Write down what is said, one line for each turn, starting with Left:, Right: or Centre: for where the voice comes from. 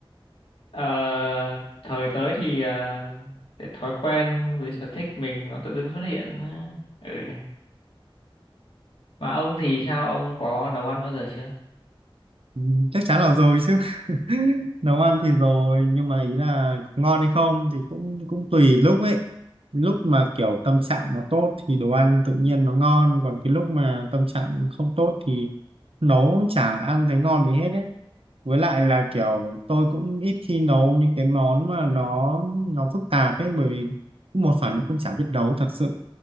Left: ờ, thời tới thì à, cái thói quen với sở thích mình nó tự dưng xuất hiện ừ. mà ông thì sao ông có nấu ăn bao giờ chưa
Right: Ừ, chắc chắn là rồi chứ <laughs> nấu ăn thì rồi nhưng mà ý là ngon hay không thì cũng cũng tùy lúc ấy lúc mà kiểu tâm trạng nó tốt thì đồ ăn tự nhiên nó ngon còn cái lúc mà tâm trạng không tốt thì nấu chả ăn thấy ngon gì hết ấy với lại là
Left: ừ.
Right: kiểu tôi cũng ít khi nấu những cái món mà nó nó phức tạp ấy bởi vì một phần nó cũng chả biết nấu thật sự